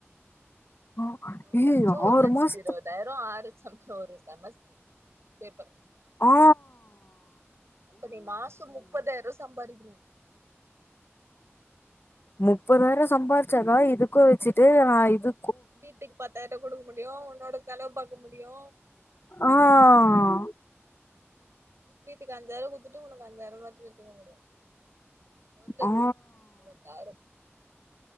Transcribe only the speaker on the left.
ஆ
ஏய்
மாசத்து
ஆ
முப்பதாயிரோ சம்பாரிச்தாகா இதுக்கு வெச்சுட்டு நா இது
ஆஹ்
ஆ